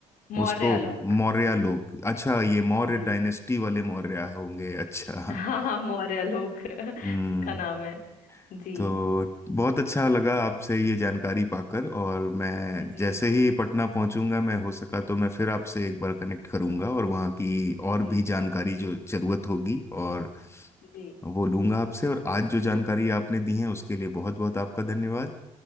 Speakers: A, on the left; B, on the left.
A: मौर्य
B: उसको
A: लोक
B: मौर्या लोक अच्छा ये मौर्य
A: जी
B: डायनेस्टी वाले मौर्या होंगे अच्छा
A: हाँ हाँ मौर्य लोक <laughs> इसका
B: हम्म
A: नाम है जी
B: तो बहुत अच्छा लगा आपसे ये जानकारी पाकर और मैं
A: जी
B: जैसे ही पटना पहुंचूंगा मैं हो सका तो मैं फिर आपसे एक बार कनेक्ट करूंगा और वहाँ की
A: जी
B: और भी जानकारी जो जरूरत होगी और
A: जी
B: वो लूंगा आपसे और आज जो जानकारी आपने दी है उसके लिए बहुत बहुत आपका धन्यवाद